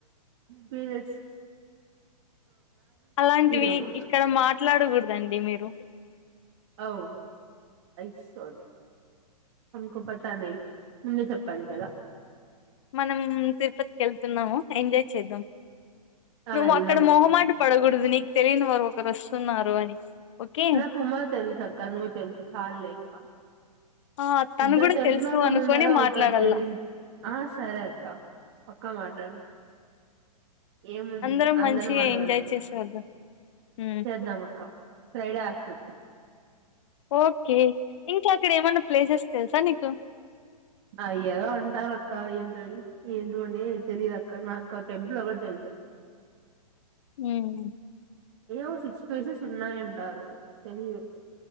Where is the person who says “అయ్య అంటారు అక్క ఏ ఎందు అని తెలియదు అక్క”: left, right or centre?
Right